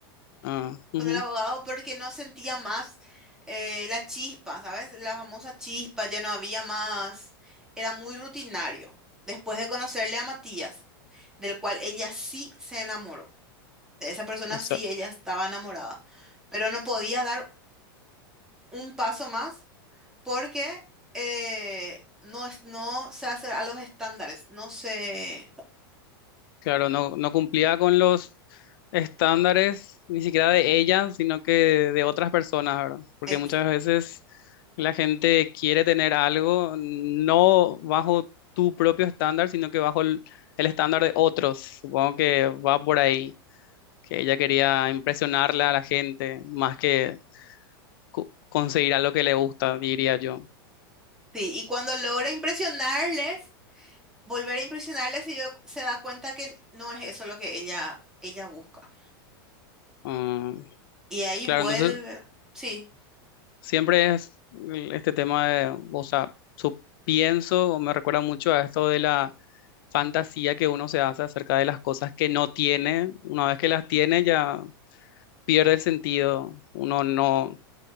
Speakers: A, on the left (about 65°); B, in the centre.
A: Ah,
B: con
A: ujú.
B: el abogado porque no sentía más eh, la chispa, ¿sabes? La famosa chispa, ya no había más, era muy rutinario. Después de conocerle a Matías, del cual ella sí se enamoró, de esa persona
A: O sea,
B: sí ella estaba enamorada, pero no podía dar un paso más porque eh, no, es- no se hace a los estándares, no se...
A: Claro, no, no cumplía con los estándares ni siquiera de ella, sino que de otras personas, ¿verdad? Porque
B: ex-
A: muchas veces la gente quiere tener algo no bajo tu propio estándar, sino que bajo el, el estándar de otros. Supongo que va por ahí, que ella quería impresionarle a la gente más que co- conseguir algo que le gusta, diría yo.
B: Sí, y cuando logra impresionarles, volver a impresionarle si yo- se da cuenta que no es eso lo que ella, ella busca.
A: Ah,
B: Y ahí
A: claro,
B: vuelve,
A: no sé,
B: sí,
A: Siempre es mm, este tema de, o sea, su, pienso o me recuerda mucho a esto de la fantasía que uno se hace acerca de las cosas que no tiene. Una vez que las tiene ya pierde el sentido. Uno no,